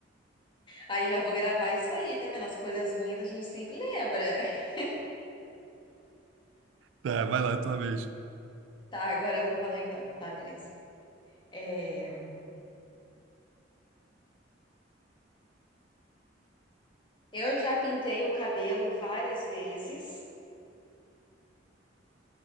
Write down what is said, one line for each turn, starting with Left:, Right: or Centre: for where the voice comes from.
Left: Aí já vou gravar isso aí, tá vendo? As coisas ruins a gente sempre lembra. <laughs>
Right: Tá, vai lá, tua vez.
Left: Tá, agora eu vou falar então. Tá, beleza. É, Eu já pintei o cabelo várias vezes.